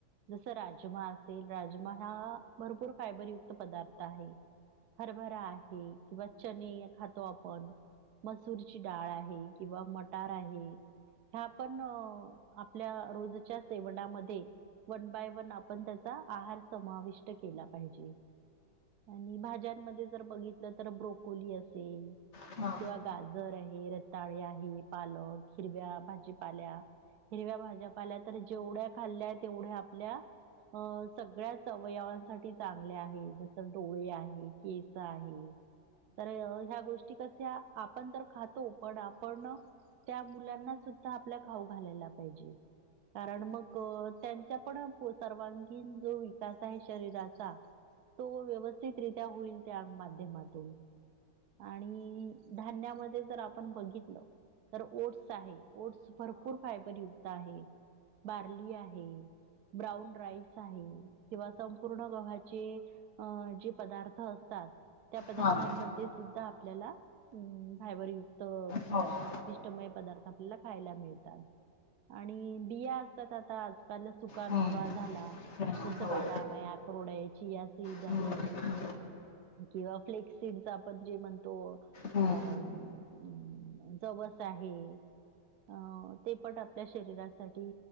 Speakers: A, on the right (about 65°); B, on the left (about 40°).
A: जस राजमा असेल राजमा हा भरपूर फायबरयुक्त पदार्थ आहे. हरभरा आहे किंवा चने खातो आपण. मसूरची डाळ आहे किंवा मटार आहे. ह्या पण आपल्या रोजच्या सेवनामध्ये वन बाय वन आपण त्याचा आहार समाविष्ट केला पाहिजे. आणि भाज्यांमध्ये जर बघितलं तर ब्रोकोली असेल
B: हा
A: किंवा गाजर आहे रताळे आहे पालक हिरव्या भाजीपाल्या हिरव्या भाज्या पाहिल्या तर जेवढ्या खाल्ल्या तेवढ्या आपल्या अ सगळ्या अवयवांसाठी चांगले आहे जस डोळे आहे केस आहे तर ह्या गोष्टी कशा आपण तर खातो पण आपण त्या मुलांना सुद्धा आपल्या खाऊ घालायला पाहिजे. कारण मग त्यांचा पण सर्वांगीण जो विकास आहे शरीराचा तो व्यवस्थितरित्या होईल त्या माध्यमातून आणि धान्यामध्ये जर आपण बघितलं तर ओट्स आहेत. ओट्स भरपूर फायबरयुक्त आहे. बारली आहे ब्राउन राइस आहे कि संपूर्ण. जे पदार्थ असतात त्या पदार्थांमध्ये
B: हा हा
A: सुद्धा आपल्याला फायबर युक्त अ
B: हा
A: म पिष्टमय मय पदार्थ आपल्याला खायला मिळतात आणि बिया असतात आता आजकाल सुकामेवा
B: हम्म,
A: झाला
B: हम्म,
A: जसं बदाम आहे अक्रोड आहे चियासिड
B: हम्म,
A: आहे. किंवा फ्लेकसिड च जे आपण म्हणतो अमममम
B: हम्म.
A: जवस आहे अ ते पण आपल्या शरीरासाठी